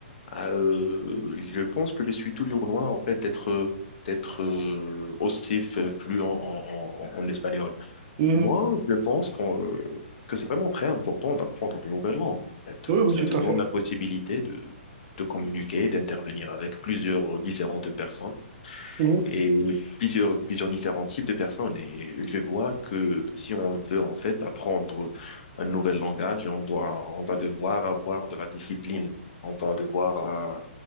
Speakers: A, on the left; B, on the right.
A: euh, je pense que je suis toujours loin, en fait, d'être d'être euh, aussi f- fluent en, en, en en espagnol.
B: Mhm.
A: Moi, je pense qu'on, euh, que c'est vraiment très important d'apprendre de nouvelles langues. Ça te,
B: Oui, oui,
A: ça
B: tout
A: te donne
B: à fait.
A: la possibilité de, de communiquer, d'intervenir avec plusieurs différentes personnes
B: Mhm.
A: et euh, plusieurs, plusieurs différents types de personnes. Et je vois que si on veut en fait apprendre un nouvel langage, on doit, on va devoir avoir de la discipline. On va devoir euh,